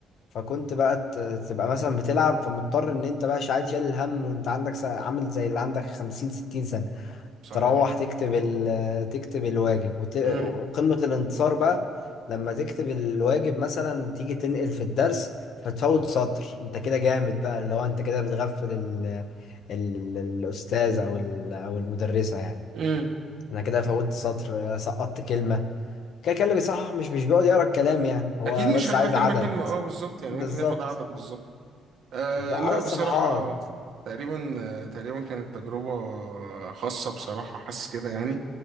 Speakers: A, on the left; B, on the right.
A: فكنت بقى ت- تبقى مثلا بتلعب فمضطر ان انت بقى شايل شايل الهم وانت عندك س- عامل زي اللي عندك 50 60 سنه
B: صحيح
A: تروح تكتب ال... تكتب الواجب وت... وقمة
B: أمم،
A: الانتصار بقى لما تكتب الواجب مثلا تيجي تنقل في الدرس فتفوت سطر انت كده جامد بقى اللي هو انت كده بتغفل ال... ال... ال- الاستاذ او ال... او المدرسة يعني
B: أمم.
A: انا كده فوتت سطر سقطت كلمة كده كده اللي بيصحح مش مش بيقعد يقرا الكلام يعني هو
B: اكيد مش
A: بس
B: هيقرا
A: عايز
B: كلمة
A: عدد
B: كلمة اه بالظبط يعني
A: بالظبط
B: ممكن ياخد عدد بالظبط أه
A: عدد
B: لا
A: صفحات
B: بصراحة تقريبا آه، تقريبا كانت تجربة خاصة بصراحة حاسس كده يعني